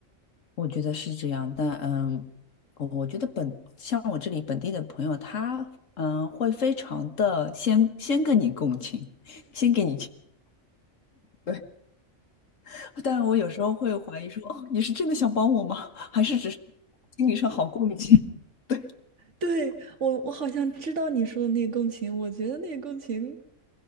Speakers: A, on the left; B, on the right.
A: 我觉得是这样，但嗯，我我觉得本像我这里本地的朋友，他嗯会非常的先先跟你共情，先给你情。对，<laughs> 但我有时候会怀疑说，哦，你是真的想帮我吗？还是只是心理上好过一些？<laughs> 对，
B: 对，我我好像知道你说的那个共情，我觉得那个共情，